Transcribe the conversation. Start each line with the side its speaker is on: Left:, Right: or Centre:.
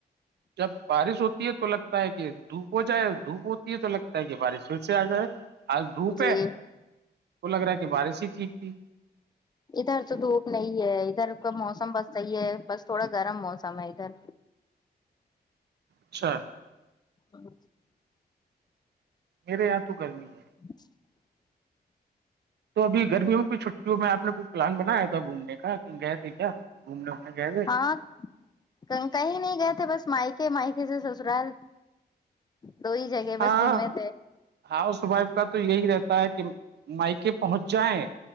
Right: جب بارش ہوتی ہے تو لگتا ہے کہ دھوپ ہو جائے دھوپ ہوتی ہے تو لگتا ہے کہ بارش پھر سے آ جائے آج دھوپ
Left: جی
Right: ہے تو لگ رہا ہے کہ بارش ہی ٹھیک تھی
Left: ادھر تو دھوپ نہیں ہے ادھر کا موسم بس صحیح ہے بس تھوڑا گرم موسم ہے ادھر
Right: اچھا
Left: ہاں
Right: میرے یہاں تو گرمی ہے
Left: ہ
Right: تو ابھی گرمیوں میں کوئی چھٹیوں میں آپ نے کوئی پلان بنایا تھا گھومنے کا کہ گئے تھے کیا گھومنے وومنے گئے تھے
Left: ہاں کہیں نہیں گئے تھے بس مائکے مائکے سے سسرال دو ہی جگہ
Right: ہاں
Left: بس گھومے تھے
Right: ہاؤس وائف کا تو یہی رہتا ہے کہ مائک پہنچ جائیں